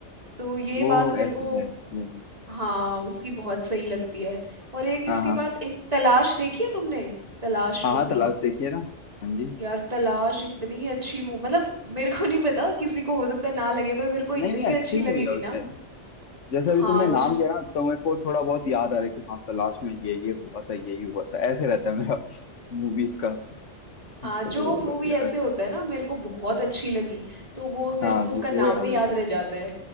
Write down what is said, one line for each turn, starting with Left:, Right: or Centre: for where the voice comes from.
Right: तो ये
Left: वो
Right: बात मेरे
Left: ऐसी
Right: को
Left: है हम्म,
Right: हाँ उसकी बहुत सही लगती है और एक इसके
Left: हाँ हाँ
Right: बाद एक तलाश देखी है तुमने तलाश
Left: हाँ
Right: मूवी
Left: हाँ तलाश देखिए ना हाँ जी
Right: यार तलाश इतनी अच्छी मूवी मतलब मेरे को नहीं पता किसी को हो सकता है ना लगे पर मेरे को इतनी
Left: नहीं नहीं अच्छी
Right: अच्छी
Left: हुई
Right: लगी
Left: है
Right: थी
Left: वो
Right: ना
Left: चैनल जैसे
Right: हाँ
Left: अभी तुमने
Right: मुझे
Left: नाम किया ना तो मेरे को थोड़ा बहुत याद आ रहा है कि हाँ तलाश में ये ये हुआ था ये ही हुआ था ऐसे रहता है मेरा मूवीज का
Right: आ,
Left: तो
Right: जो मूवी
Left: ये-
Right: ऐसे होता है ना मेरे को बहुत अच्छी लगी तो वो मेरे
Left: हाँ
Right: को उसका
Left: उसमें
Right: नाम
Left: वो याद
Right: भी
Left: रहता
Right: याद
Left: है
Right: रह जाता है